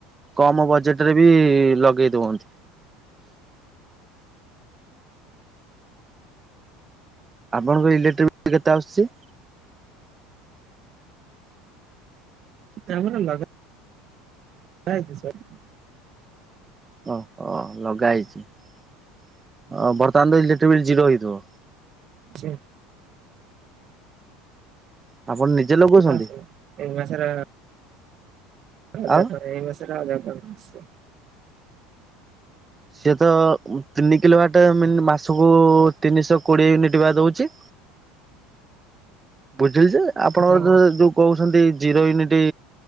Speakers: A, on the right; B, on the right.
A: କମ ବଜେଟ ରେ ବି ଲଗେଇ ଦଉଅନ୍ତି। ଆପଣଙ୍କ ଇଲେକ୍ଟ୍ରିକ ବିଲ୍ କେତେ ଆସୁଚି?
B: ଆମର ଲଗା ଇଛି ସୋର
A: ଓହୋ ଲଗା ହେଇଛି ଅ ବର୍ତ୍ତମାନ ତ ଇଲେକ୍ଟ୍ରିକ ବିଲ୍ ଜିରୋ ହେଇଥିବ?
B: ଚି
A: ଆପଣ ନିଜେ ଲଗଉଛନ୍ତି
B: ଜିରୋ ଆସେ ଏ ମାସରେ ହଜାର
A: ଆଉ?
B: ଟଙ୍କା ଏଇ ମାସରେ ହାଜର ଟଙ୍କା ଆସଚି।
A: ସିଏ ତ ତିନି କିଲୋ ୱାଟ ମିନି ମାସକୁ ତିନିଶହ କୋଡ଼ିଏ ୟୁନିଟ୍ ବା ଦେଉଚି? ବୁଝିଲି ଯେ ଆପଣଙ୍କର
B: ହଁ
A: ଧର ଯୋଉ କହୁଛନ୍ତି ଜିରୋ ୟୁନିଟ୍